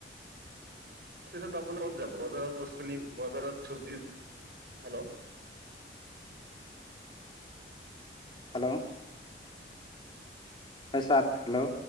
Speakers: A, on the right (about 60°); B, on the left (about 30°).
A: পিছত আপোন কত যাব বজাৰত বস্তু বজাৰত চব্জি <unintelligible> হেল্ল'
B: হেল্ল', হয়ছাৰ হেল্ল',